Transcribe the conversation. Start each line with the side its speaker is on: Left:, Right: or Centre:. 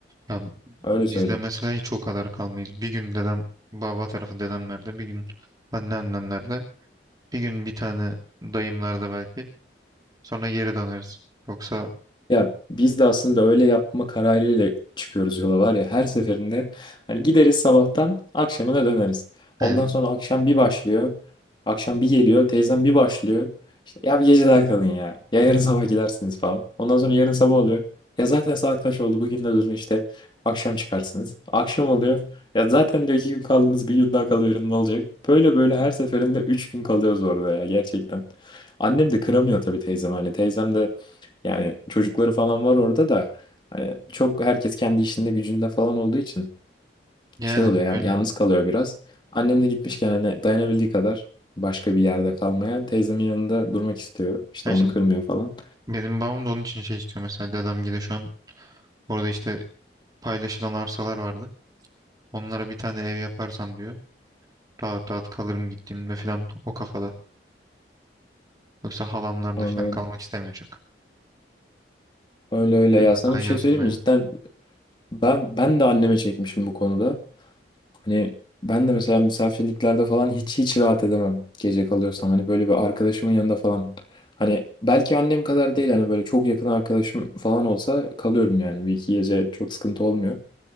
Right: Ya
Left: Öyle
Right: bizde
Left: söyleyeyim.
Right: mesela hiç o kadar kalmayız. Bir gün dedem baba tarafı dedemlerde bir gün anneannemlerde bir gün bir tane dayımlarda belki sonra geri döneriz. Yoksa
Left: Ya biz de aslında öyle yapma kararıyla çıkıyoruz yola var ya her seferinde hani gideriz sabahtan akşamına döneriz. Ondan
Right: yani,
Left: sonra akşam bir başlıyor. Akşam bir geliyor. Teyzem bir başlıyor. İşte ya bir gece daha kalın ya. Ya yarın sabah gidersiniz falan. Ondan sonra yarın sabah oluyor. Ya zaten saat kaç oldu bugün de durun işte akşam çıkarsınız. Akşam oluyor. Ya zaten diyor iki gün kaldınız bir gün daha kalıverin ne olacak. Böyle böyle her seferinde üç gün kalıyoruz orada ya gerçekten. Annem de kıramıyor tabii teyzem hani teyzem de yani çocukları falan var orada da hani çok herkes kendi işinde gücünde falan olduğu için
Right: yani
Left: şey oluyor yani
Right: öyle.
Left: yalnız kalıyor biraz. Annem de gitmişken hani dayanabildiği kadar başka bir yerde kalmaya teyzemin yanında durmak istiyor. İşte
Right: Ya
Left: onu
Right: işte
Left: kırmıyor falan.
Right: Benim babam da onun için şey istiyor mesela dedem gibi şu an orada işte paylaşılan arsalar vardı. Onlara bir tane ev yaparsam diyor. Rahat rahat kalırım gittiğimde falan o kafada. Yoksa halamlarda
Left: Anladım.
Right: falan kalmak istemiyor çok.
Left: Öyle öyle
Right: Ya
Left: ya
Right: da daha
Left: sana bir
Right: iyi
Left: şey
Right: aslında
Left: söyleyeyim
Right: ya.
Left: mi? Cidden ben ben de anneme çekmişim bu konuda. Hani ben de mesela misafirliklerde falan hiç hiç rahat edemem gece kalıyorsam. Hani böyle bir arkadaşımın yanında falan. Hani belki annem kadar değil hani böyle çok yakın arkadaşım falan olsa kalıyorum yani. Bir iki gece çok sıkıntı olmuyor.